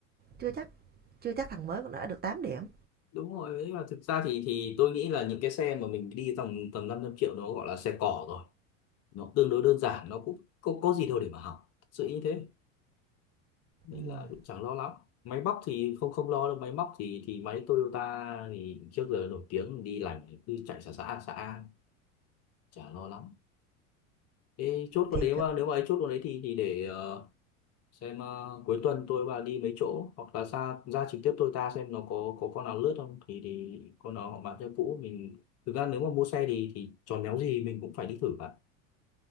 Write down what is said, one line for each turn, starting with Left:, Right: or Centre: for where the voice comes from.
Right: chưa chắc chưa chắc thằng mới cũng đã được tám điểm.
Left: đúng rồi đấy là thực ra thì thì tôi nghĩ là những cái xe mà mình đi tầm tầm 500 triệu nó gọi là xe cỏ rồi nó tương đối đơn giản nó cũng có có gì đâu để mà hỏng Thật sự như thế nên
Right: Ừm,
Left: là cũng chẳng lo lắm máy móc thì không không lo đâu máy móc thì thì máy Toyota thì trước giờ nổi tiếng đi lành cứ chạy xã xã xã chả lo lắm thế chốt con
Right: thì
Left: đấy
Right: thật
Left: mà nếu mà ấy chốt con đấy thì thì để ờ, xem ờ, cuối tuần tôi và đi mấy chỗ hoặc là ra ra trực tiếp tôi ta xem nó có có con nào lướt không thì thì con nào họ bán cho cũ mình thực ra nếu mà mua xe thì thì tròn néo gì mình cũng phải đi thử bạn